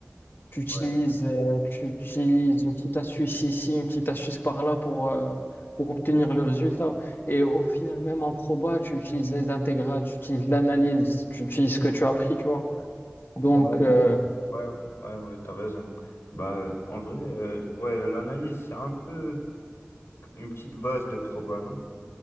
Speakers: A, on the left; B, on the left.
A: Tu utilises,
B: Ouais,
A: euh, tu utilises une petite astuce ici, une petite astuce par là pour, euh, pour obtenir le résultat. Et au final, même en proba, tu utilises les intégrales, tu utilises l'analyse, tu utilises ce que tu as appris, tu vois. Donc,
B: ouais,
A: euh,
B: ouais, ouais, ouais, t'as raison. Bah, en vrai, euh, ouais, l'analyse, c'est un peu une petite base de proba, non?